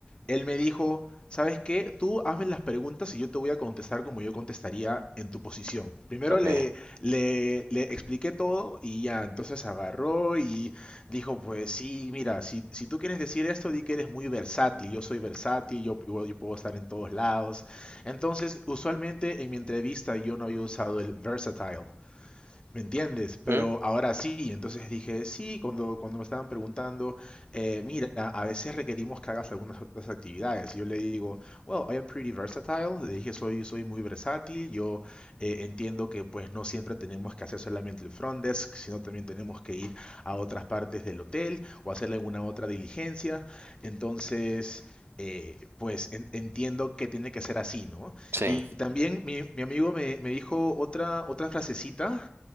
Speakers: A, on the left (about 25°); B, on the right (about 75°).
A: él me dijo, ¿sabes qué? Tú hazme las preguntas y yo te voy a contestar como yo contestaría en tu posición. Primero
B: Ok.
A: le, le, le expliqué todo y ya, entonces agarró y dijo, pues sí, mira, si, si tú quieres decir esto, di que eres muy versátil, yo soy versátil, yo, yo, yo puedo estar en todos lados. Entonces, usualmente en mi entrevista yo no había usado el versatile. ¿Me entiendes? Pero
B: Ujú.
A: ahora sí, entonces dije, sí, cuando, cuando me estaban preguntando, eh, mira, a veces requerimos que hagas algunas otras actividades. Y yo le digo, well, I am pretty versatile. Le dije, soy, soy muy versátil. Yo eh, entiendo que pues no siempre tenemos que hacer solamente el front desk, sino también tenemos que ir a otras partes del hotel o hacer alguna otra diligencia. Entonces... eh, pues en- entiendo que tiene que ser así, ¿no?
B: Sí,
A: Y también mi, mi amigo me, me dijo otra, otra frasecita